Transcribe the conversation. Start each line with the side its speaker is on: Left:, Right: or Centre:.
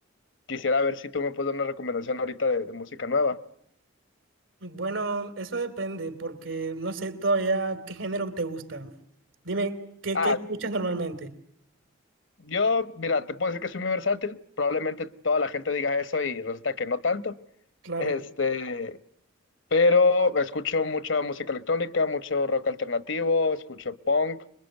Left: Quisiera ver si tú me puedes dar una recomendación ahorita de, de música nueva.
Right: Bueno, eso depende porque no sé todavía qué género te gusta. Dime, ¿qué,
Left: Ah,
Right: qué escuchas normalmente?
Left: yo, mira, te puedo decir que soy muy versátil, probablemente toda la gente diga eso y resulta que no tanto.
Right: Claro,
Left: Este, pero escucho mucha música electrónica, mucho rock alternativo, escucho punk.